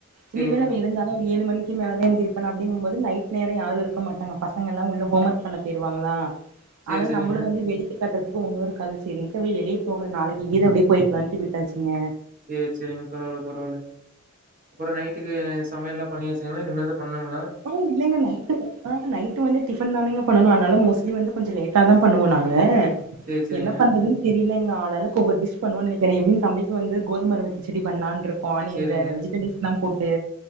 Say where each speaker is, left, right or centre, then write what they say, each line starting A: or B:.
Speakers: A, on the right; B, on the right.
A: சேரிங்க.
B: இனிமே அவ எழுந்தாதா ஒரு ஏழு மணி மேலதா எந்திரிருப்பா அப்டிங்கம்போது நைட் நேரோ யாரு இருக்க மாட்டாங்க பசங்கல்லா உள்ள ஹோம் ஒர்க் பண்ண போயிருவாங்களா
A: சேரி,
B: ஆனாலு
A: சேரிங்க.
B: நம்ளு வந்து வேடிக்க காட்டுறதுக்கு ஒன்னு இருக்காது சேரின்டு வெளிய போகல நாளைக் <unintelligible> அப்டி போயிக்கலான்டு விட்டாச்சிங்க
A: சேரி சேரிங்க பரவால்ல பரவால்ல அப்றோ நைட்டுக்கு சமயல்லா பண்ணியாசுங்களா இனிமேதா பண்ணணுங்களா
B: ஆ இல்லங்க நைட்டு ஆ நைட்டு வந்து டிஃபன் தானுங்க பண்ணனு அதனால மோஸ்ட்லி வந்து கொஞ்சோ லேட்டா தா பண்ணுவோ நாங்க
A: சேரி, சேரிங்க.
B: என்ன பண்றது தெரியலைங்க ஆளாளுக்கு ஒவ்வொரு டிஷ் பண்ணுவோனு நனைக்கிறே எப்பிடியு தம்பிக்கு வந்து கோதும ரவ கிச்சடி பண்லான் இருக் <unintelligible>
A: சேரிங்க.
B: இந்த வெஜிடபிள்ஸ் லா போட்டு